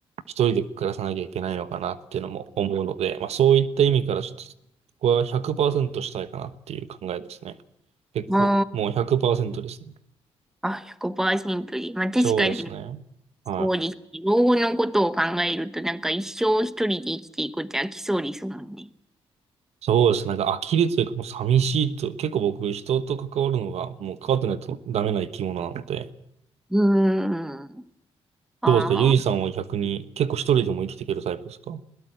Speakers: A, on the right; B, in the centre.
A: 一人で暮らさなきゃいけないのかなっていうのも思うので、まあそういった意味からちょっと、ここは100%したいかなっていう考えですね。結構、
B: あ
A: もう100%ですね。
B: あ、あ、100%で。まあ確かに、
A: そうですね。
B: そうです。
A: はい。
B: 老後のことを考えると、なんか一生一人で生きていくって飽きそうですもんね。
A: そうですね。なんか呆るというかもう寂しいと、結構僕人と関わるのがもう関わってないとダメな生き物なので、
B: うーん。あ。
A: どうですかゆいさんは逆に結構一人でも生きていけるタイプですかう